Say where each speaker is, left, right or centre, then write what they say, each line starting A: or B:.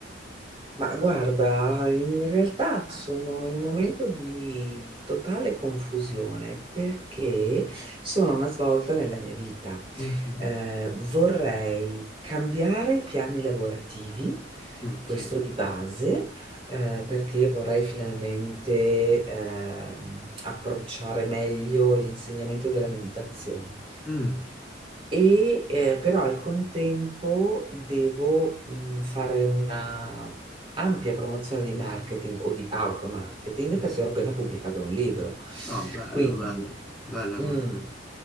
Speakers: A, on the right (about 30°); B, in the centre.
A: Ma guarda, in realtà sono in un momento di totale confusione perché sono a una svolta nella mia vita.
B: Mhm,
A: Eh, vorrei cambiare i piani lavorativi,
B: Ok.
A: questo di base, eh, perché vorrei finalmente ehm, approcciare meglio l'insegnamento della meditazione.
B: Mm,
A: E eh, però al contempo devo mh, fare una ampia promozione di marketing o di automarketing
B: eh
A: perché
B: sì.
A: ho appena pubblicato un libro.
B: Ah, bello,
A: Quindi,
B: bello, bella come
A: mm,
B: cosa.